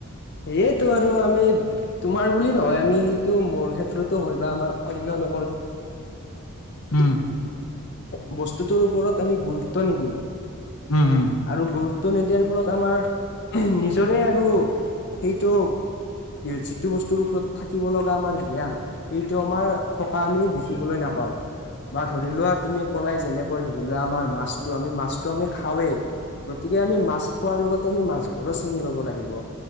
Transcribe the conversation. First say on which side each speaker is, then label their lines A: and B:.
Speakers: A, on the left; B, on the left.
A: সেইয়েতটো আৰু আমি তোমাৰ বুলি নহয় আমি সেইটো মোৰ ক্ষেত্ৰতো হয় বা আমাৰ অয় ম ব
B: উম
A: বু ওপৰত আমি গুৰুত্ব নিদিওঁ
B: উম উম
A: আৰু গুৰুত গুৰুত্ব নিদিয়াৰ ফলত আমাৰ নিজৰে আৰু সেইটো যিটো বস্তুৰ ওপৰত থাকিব লগা আমাৰ জ্ঞান এইটো আমাৰ থকা আমি দেখিবলৈ নাপাওঁ বা ধৰি লোৱা তুমি ক'লাই যেনেকৈ ধৰি লোৱা আমাৰ মাছটো আমি মাছটো আমি খাও গতিকে আমি মাছ খোৱাৰ লগতে আমি মাছবোৰো চিনি পাব লাগিব